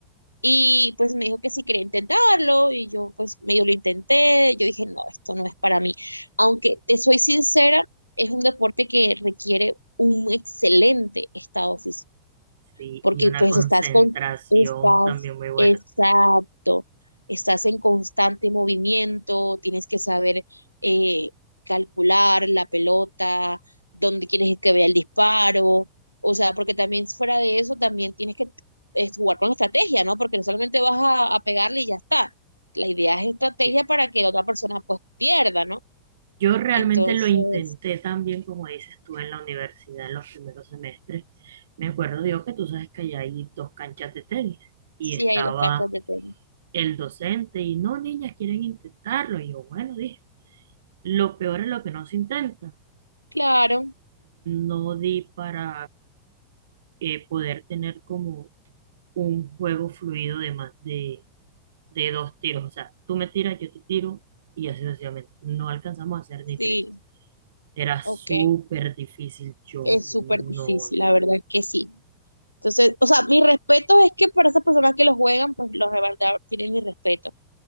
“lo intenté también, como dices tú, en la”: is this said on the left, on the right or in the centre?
Right